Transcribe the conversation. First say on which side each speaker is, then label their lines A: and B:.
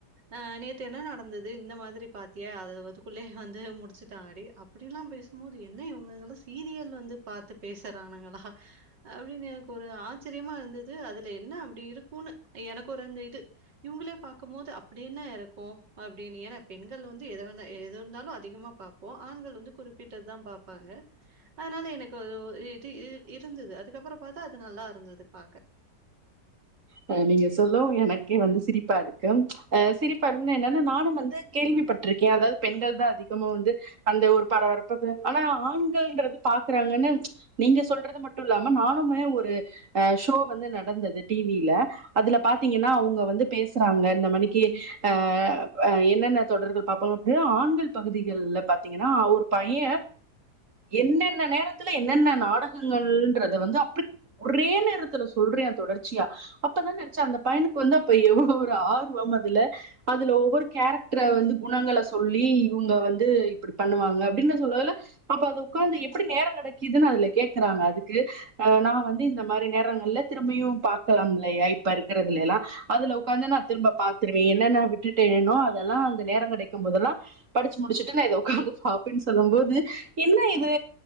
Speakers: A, on the right; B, on the right.
A: அ நேத்து என்ன நடந்தது இந்த மாரி பாத்திய அத அதுகுள்ளே வந்து முடிசிட்டாடி அப்டிலா பேசும்போது என்ன இவங்கங்க சீரியல வந்து பாத்து பேசறானுங்களா அப்டினு எனக் ஒரு ஆச்ரியமா இருதது அதுல என்ன அப்டி இருகுனு எனக் ஒரு அந்த இது இவங்களே பாக்கு போது அப்டி என்ன இருக்கு அப்டினு ஏனா பெண்கள் வந்து எத வேணா எத இருதாலு அதிகமா பாப் போ ஆண்கள் வந்து குறிபிட்டது தா பாபாங்க அதனால எனக் அது ஒரு இது இருந்தது அதுகப்பறம் பாத்தா அது நல்லா இருந்தது பாக்க
B: இப்ப நீங்க சொல்லவு எனகே வந்து சிரிபா இருக்கு ஆ சிரிபா இருக்குனா என்னா நானு வந்து கேள்விபட்டிருகே அதாவது பெண்கள் தா அதிகமா வந்து அந்த ஒரு பரபரப்பா பே ஆனா ஆண்கள்ங்கறது பாக்குறாங்கன்னு நீங்க சொல்றது மட்டு இல்லாம நானுமே ஒரு அ ஷோ வந்து நடந்தது டி இல்ல அதுல பாத்தீஙன்னா அவங்க வந்து பேசுறாங்க இத்த மணிக்கு ஆ அ என்னென்ன தொடர்கள் பாப்பாங்க அப்டினா ஆண்கள் பகுதிகள்ல பாத்தீங்கன்னா ஒரு பைய என்னென்ன நேர த்துல என்னென்ன நாடகங்கள் என்றத வந்து அப்டி ஒரே நேரத்தில சொல்றே தொடர் ச்சியா அப்பதா நெனைச்சா அந்த பையனுக்கு வந்து அப்ப எவ்ளவு ஒரு ஆர்வம் அதுல அதுல ஒவ்வொரு கேரக்டர வந்து குணங்கள சொல்லி இவுங்க வந்து இப்டி பண்ணுவாங்க அப்டினு சொல்லல அப்ப அது உக்காந்து எப்டி நேரம் கெடைக்குதுன்னு அதுல கேக்குறாங்க அதுக்கு அ நா வந்து இந்த மாரி நேரங்கள்ல திரும்பியு பாக்கலா இல்லயா இப்ப இருக்கறதுல எல்லா அதுல உக்காந்து நா திரும்ப பாத்துருவே என்னன்ன விட்டுட்டேனோ அதெல்லா அந்த நேரம் கெடைக்கும் போதெல்லா படிச்சு முடிச்சுட்டு நா இத உக்காந்து பாப்பேன்னு சொல்லு போது என்ன இது